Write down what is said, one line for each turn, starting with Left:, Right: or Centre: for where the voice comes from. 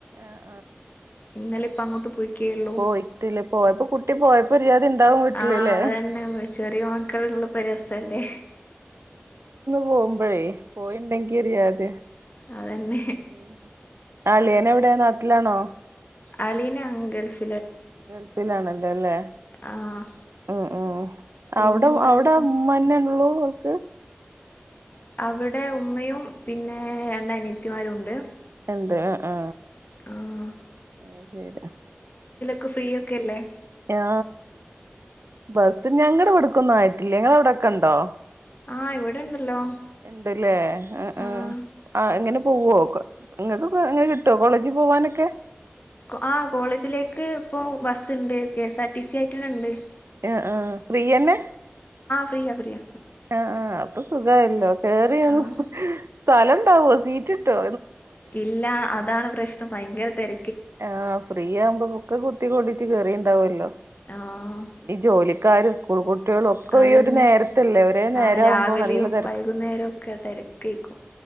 Right: ആഹ്
Left: ഇന്നലെ ഇപ്പ അങ്ങോട്ട് പോയിക്കേയുള്ളൂ
Right: പോയിട്ടല്ലേ പോയപ്പോ കുട്ടി പോയപ്പോ ഒരു ജാതി ഇണ്ടാവും വീട്ടിലല്ലേ
Left: ആ അതന്നെ ചെറിയ മക്കളുള്ളപ്പോ പ രസ അല്ലേ.
Right: പോകുമ്പഴേ പോയിണ്ടെങ്കി ഒരു ജാതിയാ
Left: അതന്നെ
Right: ഉം അളിയൻ എവിടെ നാട്ടിലാണോ.
Left: അളിയന അങ്കൾഫ്
Right: ഗൽഫിലാണല്ലോ അല്ലേ.
Left: ആഹ്
Right: ഉം ഉം
Left: പിന്നെന്താ
Right: അവിടെ അവിടെ
Left: ഇപ്പം
Right: ഉമ്മ തന്നെ ഉള്ളൂ ഓൾക്ക്.
Left: അവിടെ ഉമ്മയും പിന്നെ രണ്ട് അനിയത്തിമാരും ഉണ്ട്.
Right: എന്ത് ആ ആ
Left: ആഹ്
Right: അത് ശരി.
Left: ക്ക് ഫ്രീ ഒക്കെ അല്ലേ.
Right: ആ ബസ് ഞങ്ങളുടെ ഇവിടക്കൊന്നും ആയിട്ടില്ല. നിങ്ങടെ അവിടൊക്കെ ഉണ്ടോ?
Left: ആഹ് ഇവിടെണ്ടല്ലോ
Right: ഇണ്ടല്ലേ ആ ആ
Left: ആഹ് ആഹ്
Right: ആ എങ്ങനെ പോവോ ക ഇങ്ങക്ക് ഇങ്ങനെ കിട്ടോ കോളേജിൽ പോവാനൊക്കെ.
Left: ആ കോളേജിലേക്ക് ഇപ്പൊ ബസുണ്ട് കെഎസ് ആർ ടി സി ആയിട്ടണ്ട്.
Right: ആ ആ ഫ്രീയന്നെ.
Left: ഫ്രിയ ഫ്രിയ.
Right: ആ അപ്പൊ സുഖയല്ലോ കേറി
Left: ആഹ്
Right: സ്ഥലം ഇണ്ടാവോ സീറ്റ് ഇട്ടോ?
Left: ഇല്ല അതാണ് പ്രശ്നം ഭയങ്കര തെർ
Right: ആ ഫ്രീ ആവുമ്പോ ഒക്കെ കുത്തി കോളിച്ച് കേറിണ്ടാവല്ലോ
Left: ആഹ്
Right: ഈ ജോലി. കാര് സ്കൂൾ. കുട്ടികളും ഒക്കെ
Left: അതന്നെ
Right: ഈ ഒരു നേരത്തല്ലേ ഒരേ നേരആവുമ്പോ
Left: ആഹ് രാവിലെയും
Right: നല്ലതെരക്ക്‌.
Left: വൈകുന്നേരവും ഒക്കെ തിരക്കേക്കും